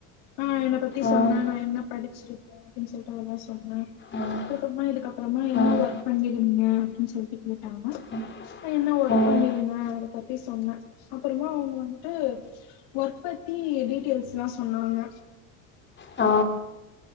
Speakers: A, on the left; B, on the left.
A: ஆ என்ன பத்தி சொன்னே
B: ம்
A: நா என்ன படிச்சிருக்கேன் அப்டின்னு சொல்ட்டு அதெல்லா சொன்னே
B: ம்
A: அதுக்கப்றமா இதுக்க அப்பறமா என்ன
B: ம்
A: ஒர்க் பண்ணிங்க நீங்க அப்டின்னு சொல்ட்டு கேட்டாங்க
B: ம்
A: நா என்ன ஒர்க்
B: ம்,
A: பண்ணிருந்தே அத பத்தி சொன்னே அப்றமா அவங்க வந்துட்டு ஒர்க் பத்தி டீட்டெய்ல்ஸ்லாம் சொன்னாங்க
B: ஆ